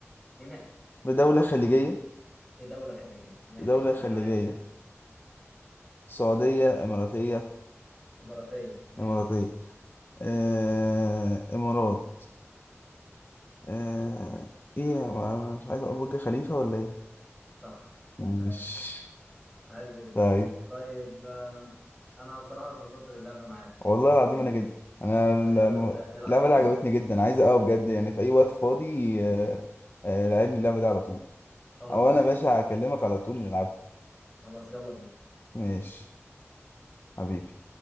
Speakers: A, in the centre; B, on the left (about 45°).
A: بناء
B: في دولة خليجية
A: في دولة خليجية ماشي
B: دولة خليجية
A: آه، عاش
B: سعودية إماراتية
A: إماراتية ماشي
B: إماراتية آه إمارات آه إيه يا جماعة؟ أنا مش عايز أقول برج خليفة ولا إيه؟
A: صح
B: مش
A: عاش عاش جدا
B: طيب
A: طيب آه، أنا بصراحة اتبسطت باللعبة معاك
B: والله العظيم
A: يعني
B: أنا جد أنا الم-
A: هل حابب نلعب
B: اللعبة
A: تاني؟
B: دي عجبتني جدا عايز أقوى بجد يعني في أي وقت فاضي آه آه لعبني اللعبة دي على طول
A: خلاص
B: أو
A: ماشي
B: أنا يا باشا
A: مش مشكلة
B: هكلمك على طول نلعب
A: خلاص يلا بينا
B: ماشي حبيبي